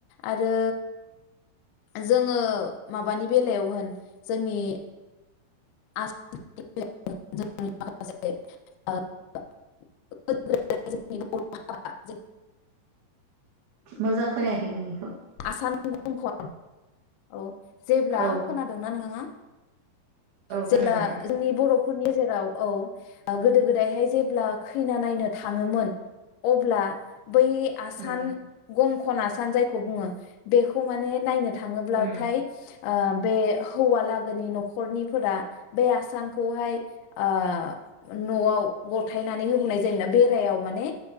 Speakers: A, on the left; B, on the right.
A: आरो जोङो माबानि बेलायाव जोंनि <unintelligible>
B: मोजां खोनायाखै नोंनिखौ
A: आसान <unintelligible> औ जेब्ला
B: औ
A: खोनादोंना नोंथांआ
B: औ खोनादों
A: जेब्ला
B: दे
A: जोंनि बर'फोरनि। जेराव औ गोदो गोदायहाय जेब्ला खैना नायनो थांङोमोन अब्ला बै आसान
B: उम
A: गं खना सानजाय बुङो बेखौ माने नायनो थाङोब्लाथाय
B: उम
A: ओ बे हौवालागोनि नखरनिफोरा बे आसानखौहाय आ नआव गथायनानै होबोनाय जायोमोना बेरायाव माने